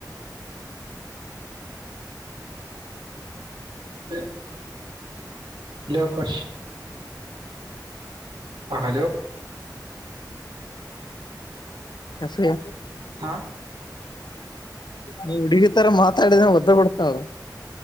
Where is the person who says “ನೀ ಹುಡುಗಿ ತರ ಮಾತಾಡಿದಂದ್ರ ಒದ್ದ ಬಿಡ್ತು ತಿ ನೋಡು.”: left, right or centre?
Left